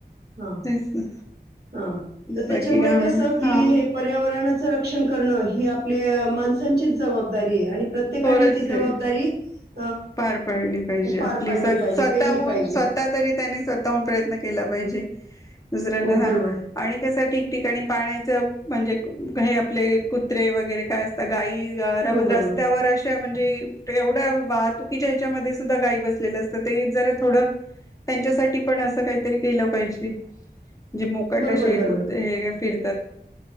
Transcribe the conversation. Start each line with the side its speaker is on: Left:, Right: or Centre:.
Right: हा
Left: तेच ना
Right: हा तर त्याच्यामुळे
Left: बाकी काय म्हण
Right: कस की
Left: हा
Right: हे पर्यावरणच संरक्षण करण ही आपले माणसांचीच जबाबदारी आहे आणि प्रत्येकाने
Left: खरच
Right: ती जबाबदारी
Left: आहे
Right: <inaudible>
Left: पार पाडली पाहिजे
Right: पार
Left: आपली
Right: पाडली
Left: स्
Right: पाहिजे,
Left: स्वतःहून,
Right: पेलली पाहिजे.
Left: स्वतः तरी त्यांनी स्वतःहून प्रयत्न केला पाहिजे. दुसऱ्यांना
Right: हो,
Left: सांगा
Right: बरोबर.
Left: आणि कसं? ठिकठिकाणी पाण्याच म्हणजे हे आपले कुत्रे, वगैरे काय असत गाई रस्त्यावर
Right: हो, बरोबर.
Left: अशी म्हणजे एवढ्या वाहतुकीच्या ह्याच्यामध्ये सुद्धा गाई बसलेलं असतं. ते जरा थोड त्यांच्यासाठी पण असं काहीतरी केलं पाहिजे. जे मोकट
Right: बरोबर,
Left: अशे
Right: बरोबर.
Left: कुत्रे हे फिर